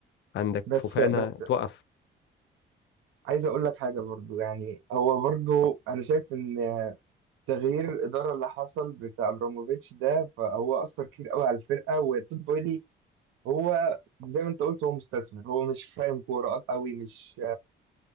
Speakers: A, on the left (about 70°); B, on the right (about 85°).
A: عندك
B: بس
A: فوفانا
B: بس
A: توقف
B: عايز اقول لك حاجه برضو يعني هو برضو انا شايف ان تغيير الإدارة اللي حصل بتاع أبراموفيتش ده فهو أثر كتير قوي على الفرقة وتود بويلي هو زي ما أنت قلت هو مستثمر هو مش فاهم كورة قوي مش